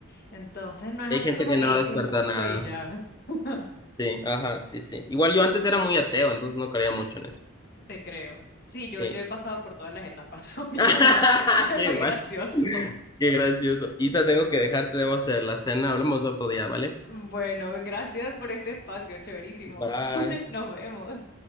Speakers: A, on the left; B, on the left.
A: entonces no es así
B: Hay gente
A: como
B: que
A: que
B: no va
A: hice un curso
B: nada.
A: y ya. <laughs>
B: Sí, ajá, sí, sí. Igual yo antes era muy ateo, entonces no creía mucho en eso.
A: Te creo. Sí,
B: Sí.
A: yo, yo he pasado por todas las etapas <laughs> también.
B: <laughs>
A: Es
B: Igual.
A: muy gracioso.
B: Qué gracioso. Isa,
A: Sí.
B: tengo que dejarte, debo hacer la cena. Hablamos otro día, ¿vale?
A: Bueno, gracias por este espacio, chéverísimo.
B: Bye.
A: <laughs> Nos vemos.